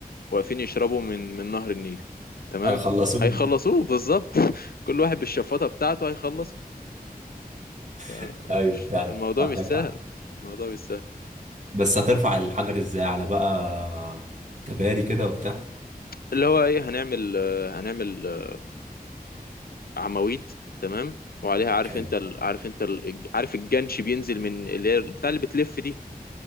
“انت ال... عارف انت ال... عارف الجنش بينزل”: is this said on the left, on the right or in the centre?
Left